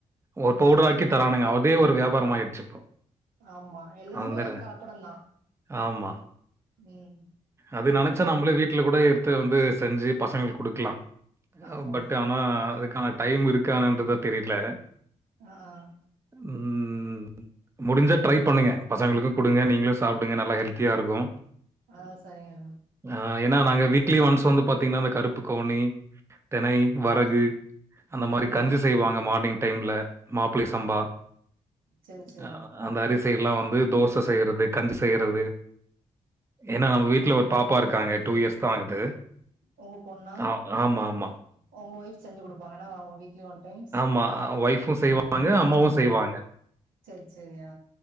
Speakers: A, on the right; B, on the right.
A: ஒரு
B: ஆ
A: பவுடர் ஆக்கி தரானுங்க அதே ஒரு வியாபாரமா யிட்ச்சு இப்போ
B: ஆமா எல்லாமே
A: அந்த
B: கலப்படந் தா
A: ஆமா.
B: ம்
A: அது நினச்சா நம்மளே வீட்டுல கூட எடுத்து வந்து செஞ்சு பசங்களுக்கு கொடுக்லா
B: ஆமா
A: பட் அவ்ங் ம அதுக்கான டைம் இருக்கானன்றது தெரியல
B: ஆஹ் ஆஹ்
A: ம் முடுஞ்சா ட்ரை பண்ணுங்க பசங்களுக்கு கொடுங்க நீங்களு சாப் சாப்டுங்க நல்லா ஹெல்த்தியா இருக்கு
B: ஆஷயா
A: ஆ ஏன்னா நாங்க வீக்கிலி ஒன்ஸ் வந்து பாத்தீங்ன்னா அந்த கருப்புக்கவுனி தினை வரகு
B: ஆ
A: அந்த மாரி கஞ்சி
B: ஆ
A: செய்வாங்க மார்னிங் டைம்ல மாப்பிள்னை சம்பா
B: செர் சேரி
A: அ அந்த அரிசியொல்லா வந்து தோச செய்யுறது கஞ்சி செய்யுறது ஏன்னா நம்ம வீட்டுல ஒரு பாப்பா இருக்காங்க டூ இயர்ஸ் தா ஆக்து
B: ஒங்க பொண்ணா
A: தா ஆமாமா
B: உங்க ஒய்ப் செஞ்சு கொடுப்பாங்க இன்ன வீக்கிலி ஒன் டைம்ஸ்
A: ஆமா ஒஃப்பூ செய்வா வாங்க அம்மாவு செய்வாங்க
B: சேரி சேரியா